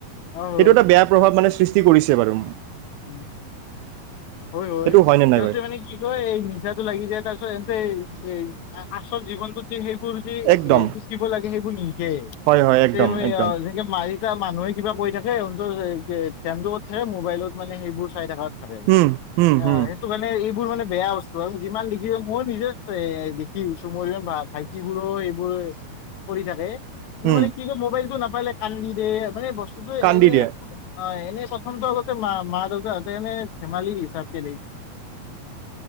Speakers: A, on the left (about 65°); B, on the right (about 80°).
A: অ' হয়।
B: এইটো এটা বেয়া প্ৰভাৱ
A: এম,
B: মানে সৃষ্টি কৰিছে। চে বাৰুম।
A: উম, হয়, হয়,
B: সেইটো হয়নে
A: সিহতে
B: নাই বাৰু
A: মানে কি কয় এই নিচাটো লাগি যায় তাৰপিছত এন্তে এই- এই, আ-আচল জীৱনটোত যে সেইবোৰ এই
B: একদম
A: যে, শিকিব লাগিব জি আহিব নি? কে
B: হয় হয় একদম
A: <unintelligible>
B: একদম
A: যেনকে মাইক এয়া মানুহে কিবা কৰি থাকে <unintelligible> মোবাইলত মানে সেইবোৰ চাই থাকাত <inaudible>
B: হুম হুম
A: অ,
B: হুম
A: সেইটো কাৰণে এইবোৰ মানে বেয়া বস্তু আৰু যিমান দেখিব মইো নিজে <unintelligible> ভাইটিবোৰো এইবোৰ কৰি থাকে। এনে
B: হুম
A: মানে কি ক মবাইলটো নাপ মোবাইলে কান্দি দে সচাঁকে তোকতো
B: কান্দি
A: এন হে
B: দিয়ে
A: হয়, এনেই প্ৰথমটো আগতে মা। মা দেউতা হাতে এনেই ধেমালি হিচাপে